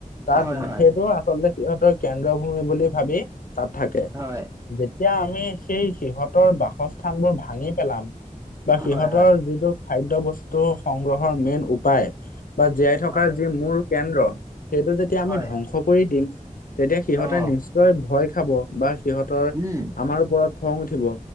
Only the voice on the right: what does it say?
হয় হয়
হয়
হয়। হয়
হয়
হয়
অ
উম